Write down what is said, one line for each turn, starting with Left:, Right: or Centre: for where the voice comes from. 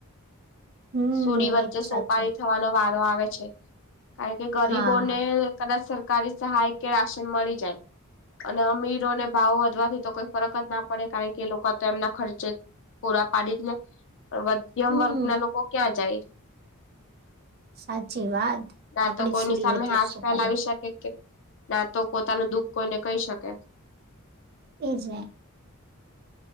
Right: હમ
Left: સુડી વચ્ચે
Right: એ તો સાચું
Left: સોપારી થવાનો વારો આવે છે. કારણ કે ગરીબોને
Right: હા.
Left: કદાચ સર કારી સહાય કે રાશન મળી જાય અને અમીરોને ભાવ વધવાથી તો કોઈ ફરક જ ના પડે કારણ કે એ લોકો તો એમના ખર્ચે પૂરા પાડી જ લે. મધ્યમ
Right: હમ
Left: વર્ગના લોકો ક્યાં જાય?
Right: સાચી વાત
Left: ના
Right: આપડી
Left: તો કોઈની
Right: જ સુડી
Left: સામે
Right: વચ્ચે
Left: હાથ
Right: સુપારી
Left: ફેલાવી શકે છે. ના તો પોતાનું દુઃખ કોઈને કહી શકે.
Right: એજ ને.